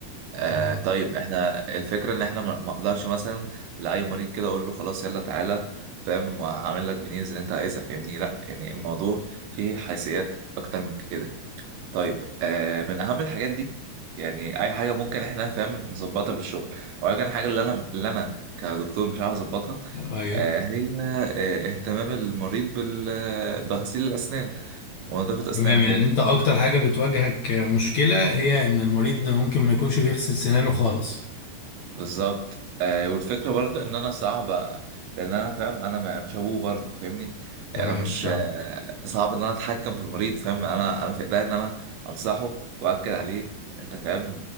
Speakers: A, on the right; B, on the left.
A: آه
B: تمام
A: طيب احنا الفكره ان احنا ما ما اقدرش مثلا لاي مريض كده اقول له خلاص يلا تعالى فاهم وهعمل لك فينيرز اللي انت عايزها فاهمني لا يعني الموضوع فيه حيثيات اكتر من كده طيب آه من اهم الحاجات دي يعني اي حاجه ممكن احنا فاهم نظبطها بالشغل ولكن الحاجه اللي انا اللي انا كدكتور مش عارف اظبطها
B: ايوه
A: آه هي آه اهتمام المريض بال آه، بغسيل الاسنان ونظافه اسنانه
B: تمام يعني
A: فاهمني
B: انت اكتر حاجه بتواجهك مشكله هي ان المريض ممكن ما يكونش بيغسل سنانه خالص
A: بالظبط آه والفكره برضو ان انا صعب أ- لان انا فاهم انا م- مش ابوه برضو فاهمني
B: تمام
A: يعني انا مش
B: تمام
A: آه صعب ان انا اتحكم في المريض فاهم انا انا في ايديا ان انا انصحه واكد عليه انت فاهم